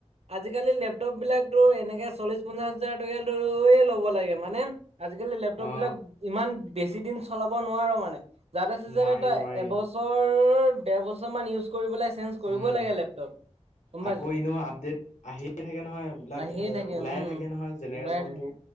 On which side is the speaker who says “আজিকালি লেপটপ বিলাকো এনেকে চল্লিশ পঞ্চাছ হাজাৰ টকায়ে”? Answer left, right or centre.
Right